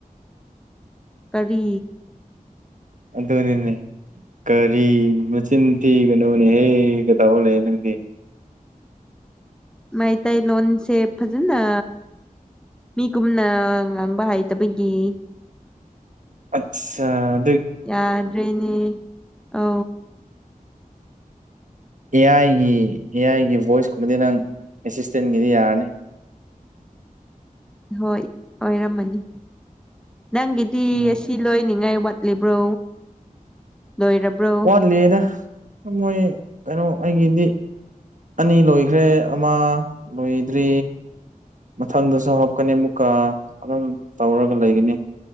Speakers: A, in the centre; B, on the right.
A: ꯀꯔꯤ
B: ꯣꯅꯤꯅꯦ ꯀꯔꯤ ꯃꯆꯤꯟ ꯊꯤꯒꯅꯣꯅꯦꯍꯦ ꯀꯗꯥꯥꯎ ꯂꯩꯦ ꯅꯪꯗꯤ
A: ꯃꯩꯇꯩꯂꯣꯟꯁꯦ ꯐꯖꯅ ꯃꯤ ꯀꯨꯝꯅ ꯉꯥꯡꯕ ꯍꯩꯇꯕꯒꯤ
B: ꯑꯆꯥ
A: ꯌꯥꯗ꯭ꯔꯦꯅꯦ ꯑ
B: ꯑꯦ ꯑꯥꯏꯒꯤ ꯑꯦ ꯑꯥꯏꯒꯤ ꯚꯣꯏꯁꯀꯨꯝꯕꯗꯤ ꯅꯪ ꯑꯦꯁꯤꯁꯇꯦꯟꯒꯤꯗꯤ ꯌꯥꯔꯅꯤ
A: <unintelligible> <inaudible> ꯍꯣꯏ ꯑꯣꯏꯔꯝꯃꯅꯤ ꯅꯪꯒꯤꯗꯤ
B: ꯎꯝ
A: ꯑꯁꯤ ꯂꯣꯏꯅꯤꯡꯉꯥꯏ ꯋꯥꯠ ꯆꯠꯂꯤꯕ꯭ꯔꯣ ꯂꯣꯏꯔꯕ꯭ꯔꯣ
B: ꯋꯥꯠꯂꯤꯗ ꯃꯣꯏ ꯀꯩꯅꯣ ꯑꯩꯒꯤꯗꯤ ꯑꯅꯤ ꯂꯣꯏꯈ꯭ꯔꯦ ꯑꯃ ꯂꯣꯏꯗ꯭ꯔꯤ ꯃꯊꯪꯗꯨꯁꯨ ꯍꯥꯞꯀꯅꯤ ꯃꯨꯛꯀꯥ ꯑꯗꯨꯝ ꯇꯧꯔꯒ ꯂꯩꯒꯅꯤ